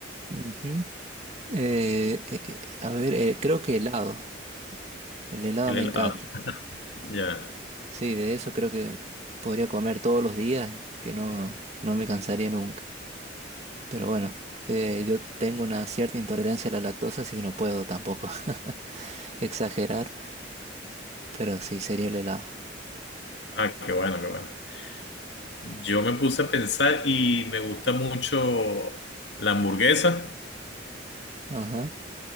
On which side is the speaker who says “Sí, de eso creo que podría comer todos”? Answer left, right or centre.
Right